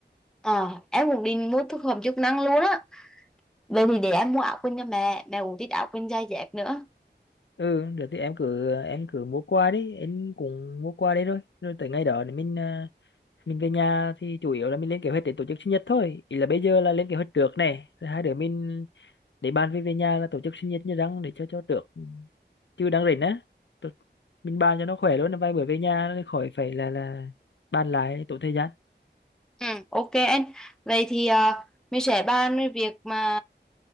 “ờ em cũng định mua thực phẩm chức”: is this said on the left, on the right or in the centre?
Centre